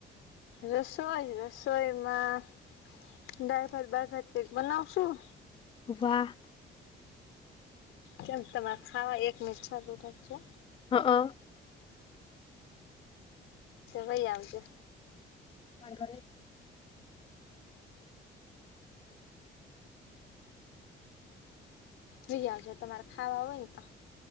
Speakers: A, on the left (about 90°); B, on the left (about 25°).
A: રસોઈ રસોઈમાં દળ ભાત બાર ભાત કેક બનાવશું.
B: વાહ
A: કેમ તમારે ખાવા એક મિટ સાદું થાગશે
B: હા હ
A: લઈ આવજે
B: <unintelligible>
A: લય આવજો તમારે ખાવા હોયન તો.